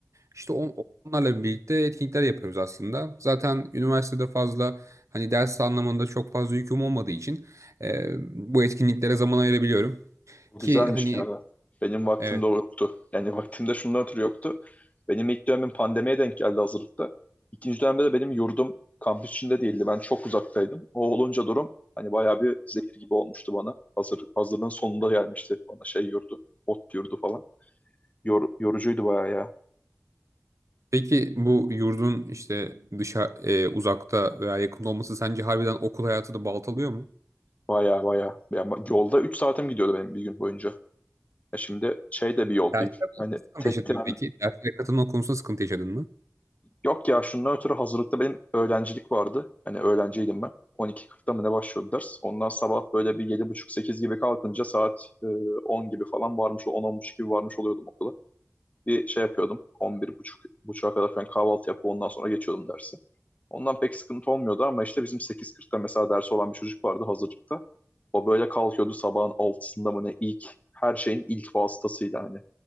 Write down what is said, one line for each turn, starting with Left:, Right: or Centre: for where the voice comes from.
Right: İşte on- onlarla birlikte etkinlikler yapıyoruz aslında. Zaten üniversitede fazla hani ders anlamında çok fazla yüküm olmadığı için e, bu etkinliklere zaman ayırabiliyorum.
Left: Güzelmiş
Right: Ki hani
Left: ya. Benim vaktimde
Right: evet.
Left: yoktu. Yani vaktimde şundan ötürü yoktu. Benim ilk dönemim pandemiye denk geldi hazırlıkta. İkinci dönemde de benim yurdum kampüs içinde değildi. Ben çok uzaktaydım. O olunca durum hani bayağı bir zehir gibi olmuştu bana. Hazır, hazırlığın sonunda gelmişti bana şey yurdu. Ot yurdu falan. Yor, yorucuydu bayağı ya.
Right: Peki bu yurdun işte dışa e, uzakta veya yakında olması sence harbiden okul hayatı da baltalıyor mu?
Left: Bayağı bayağı. Ya, yolda 3 saatim gidiyordu benim bir gün boyunca. Ya şimdi şey de bir yol
Right: Dersler
Left: değil.
Right: konusunda
Left: Hani
Right: sıkıntı
Left: tek
Right: yaşadın
Left: tren
Right: mı peki? Derslere katılma konusunda sıkıntı yaşadın mı?
Left: Yok ya şundan ötürü hazırlıkta benim öğrencilik vardı. Hani öğrenciydim ben. 12.40'da mı ne başlıyordu ders. Ondan sabah böyle bir yedi buçuk sekiz gibi kalkınca saat e, 10 gibi falan varmış, on 1030 gibi varmış oluyordum okula. Bir şey yapıyordum, 11.30'a kadar falan kahvaltı yapıp ondan sonra geçiyordum dersi. Ondan pek sıkıntı olmuyordu ama işte bizim 8.40'da mesela dersi olan bir çocuk vardı hazırlıkta. O böyle kalkıyordu sabahın altısında mı ne ilk, her şeyin ilk vasıtasıyla hani.